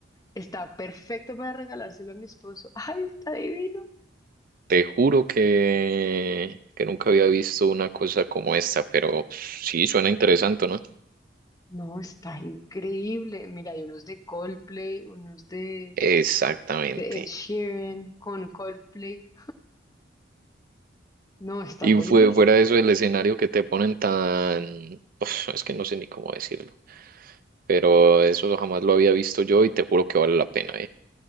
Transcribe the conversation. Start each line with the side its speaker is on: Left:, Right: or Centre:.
Left: Está perfecto para regalárselo a mi esposo. ¡Ay, está divino!
Right: Te juro que, que nunca había visto una cosa como esta, pero sí suena interesante, ¿no?
Left: No, está increíble. Mira, hay unos de Coldplay, unos de,
Right: Exactamente.
Left: de Ed Sheeran con Coldplay. No, están
Right: Y
Left: buenísimos.
Right: fue fuera de eso el escenario que te ponen tan... Uf, es que no sé ni cómo decirlo, pero eso jamás lo había visto yo y te juro que vale la pena, ¿eh?